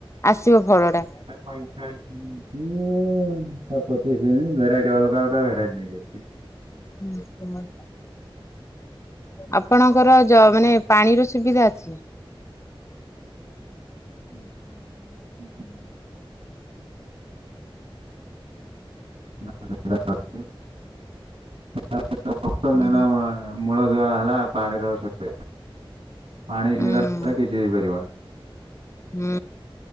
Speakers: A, on the left; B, on the right.
A: ଆସିବ ଫଳ ଟା।
B: ପଇଞ୍ଚାଳିଶ ଦିନ ପଚିଶ ଦିନ ଭେରାଇଟି ଅଲଗା ଅଲଗା ଭେରାଇ ନେଇକି।
A: ହୁଁ ହୁଁ <unintelligible> ଆପଣଙ୍କର ଯ ମାନେ ପାଣିର ସୁବିଧା ଅଛି।
B: ହୁଁ ପାଣିର ସୁବିଧା ଅଛି <unintelligible> ମମା <unintelligible>
A: ଉଁ
B: ମୂଳ ଦୁଆ ହେଲା ପାଣିର ସୁବିଧା ପାଣି
A: ହୁଁ
B: ସୁବିଧା ନହେଲେ କିଛି ହେଇପାରିବନି।
A: ହୁଁ